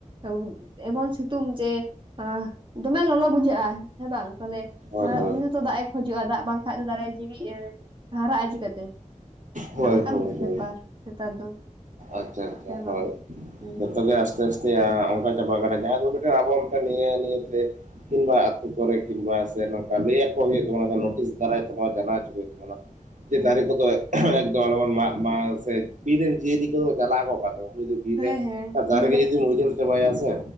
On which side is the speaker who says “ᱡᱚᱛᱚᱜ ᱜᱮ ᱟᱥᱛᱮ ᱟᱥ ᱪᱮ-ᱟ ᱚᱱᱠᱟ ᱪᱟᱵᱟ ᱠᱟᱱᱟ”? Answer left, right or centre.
Right